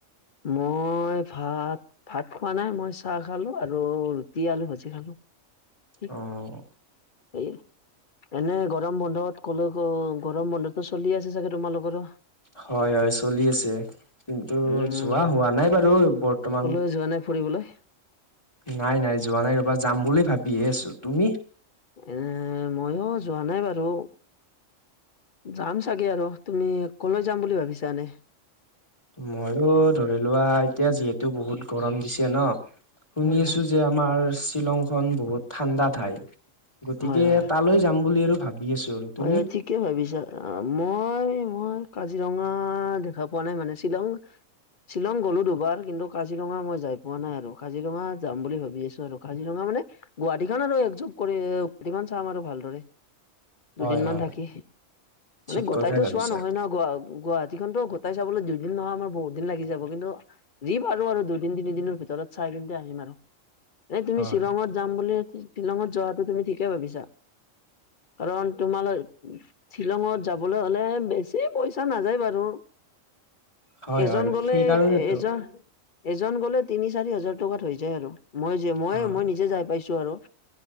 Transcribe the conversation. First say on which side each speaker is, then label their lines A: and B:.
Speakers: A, on the left (about 45°); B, on the left (about 20°).
A: মই ভাত ভাত খোৱা নাই মই চাহ খালো আৰু ৰুটি আলু ভাজি খালো। ঠিক
B: অঁ।
A: এই এনে গৰম বন্ধত ক'লে গৰম বন্ধটো চলি আছে চাগে তোমালোকৰো?
B: হয় হয় চলি আছে কিন্তু
A: উম
B: যোৱা হোৱা নাই বাৰু বৰ্তমান-
A: ক'লৈ যোৱা নাই ফুৰিবলৈ?
B: নাই নাই যোৱা নাই ৰবা যাম বুলি ভাবিয়ে আছো, তুমি?
A: এনে মইও যোৱা নাই বাৰু। যাম চাগে আৰু তুমি কলৈ যাম বুলি ভাবিছা এনেই?
B: মইয়ো ধৰি লোৱা এতিয়া যিহেতু বহুত গৰম দিছে ন, শুনিছো-
A: হয় হয়
B: যে আমাৰ শ্বিলংখন বহুত ঠাণ্ডা ঠাই গতিকে
A: হয় হয়
B: তালৈ যাম বুলি আৰু ভাবি- আছোঁ আৰু। তুমি
A: হয় হয় ঠিক। কি ভাবিছা, মই-মই কাজিৰঙা দেখা পোৱা নাই মানে শ্বিলং- শ্বিলং গ'লো দুবাৰ কিন্তু কাজিৰঙা মই যাই পোৱা নাই আৰু কাজিৰঙা যাম বুলি ভাবি আছো আৰু কাজিৰঙা মানে- গুৱাহাটীখন আৰু এক যুপ কৰি কিমান চাম আৰু ভালদৰে। দুদিন
B: হয় হয়
A: মান থাকি মানে
B: ঠিক
A: গোটাইতো
B: কথাই ভাবিছা
A: চোৱা নহয় ন, গুৱা গুৱাহাটী- খনতো গোটেই চাবলৈ দুইদিন নহয় আমাৰ বহু দিন লাগি যাব কিন্তু- যি পাৰো আৰু দুইদিন তিনিদিনৰ ভিতৰত চাই <unintelligible> আহিম আৰু। এই তুমি
B: হয়
A: শ্বিলঙত যাম বুলি, শ্বিলঙত যোৱাটো তুমি ঠিকে ভাবিছা। কাৰণ তোমালৈ- শ্বিলংত যাবলৈ হ'লে বেছি পইচা নাযায় বাৰু।
B: হয়
A: এজন
B: হয়
A: গ'লে
B: সেইকাৰণেতো
A: এজন- এজন গ'লে তিনি চাৰি হাজাৰ টকাত হৈ যায় আৰু মই যে মই
B: হয়
A: মই নিজে যাই পাইছো আৰু।